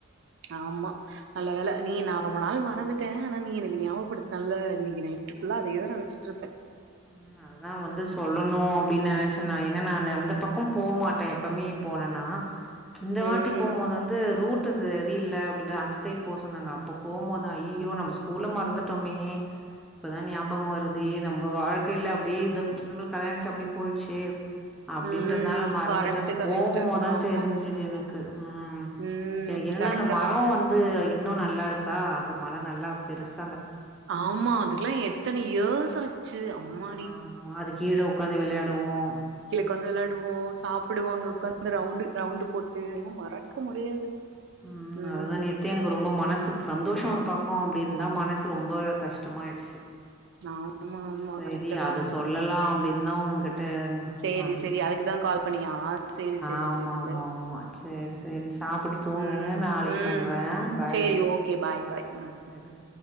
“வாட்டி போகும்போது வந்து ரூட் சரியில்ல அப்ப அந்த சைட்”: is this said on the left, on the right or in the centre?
Centre